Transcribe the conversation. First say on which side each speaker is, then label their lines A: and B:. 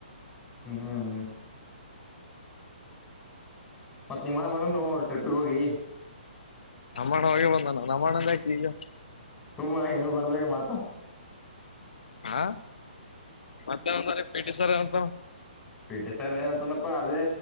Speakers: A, on the left; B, on the left.
A: ಹ್ಮ್್ಮ ಮತ್ತ್ತತ್ ನಿಮ್ಮನ ಬಂದನು ಟ್ರಿಪ್ಿಗೆ ಹೋಗಿ
B: ನಮ್ಮಣ ಹೋಗಿ ಬಂದಣ ನಮ್ಮಣ ಎಂದ ಈಗ
A: ತುಮ್ಮ ಏನು ಬರ್ಲಕ್ಕ ಮಾತಾ
B: ಹಾ ಮತ್ತ ಪೇಟ ಸರಂತ
A: ಪೀಟೆ ಸರ್ ಏನಂತ ಅಪ್ಪಾ ಅದೇ